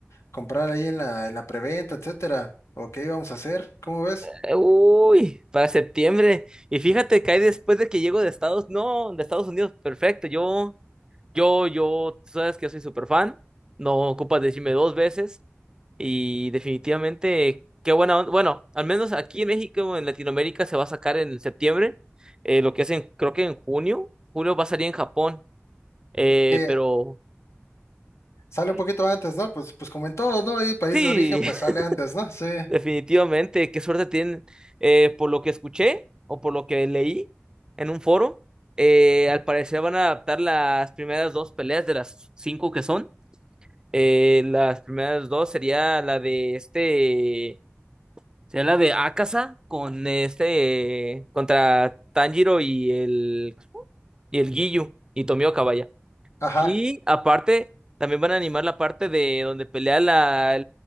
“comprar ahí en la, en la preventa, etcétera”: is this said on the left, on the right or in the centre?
Left